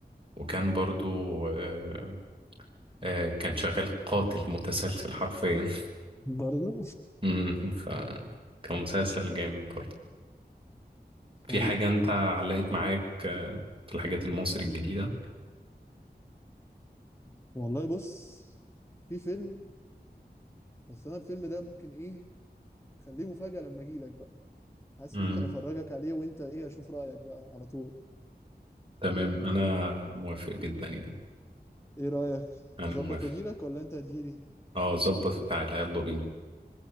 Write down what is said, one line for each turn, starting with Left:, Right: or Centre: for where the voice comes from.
Right: وكان برضو آه آه كان شغال قاتل متسلسل حرفيا
Left: برضه
Right: <laughs> مم، فكان مسلسل جامد برضو في
Left: ايوه
Right: حاجة أنت علقت معاك آه، في الحاجات المصري الجديدة؟
Left: والله بص في فيلم بس انا الفيلم ده ممكن ايه خليه مفاجأة لما اجي لك حاسس
Right: امم
Left: ممكن افرجك عليه وانت ايه اشوف رايك بقى على طول
Right: تمام أنا موافق جدا يعني
Left: ايه رايك
Right: أنا
Left: اظبط
Right: موافق
Left: واجيلك ولا انت هتجيلي
Right: أه ظبط بتاعتها يلا بينا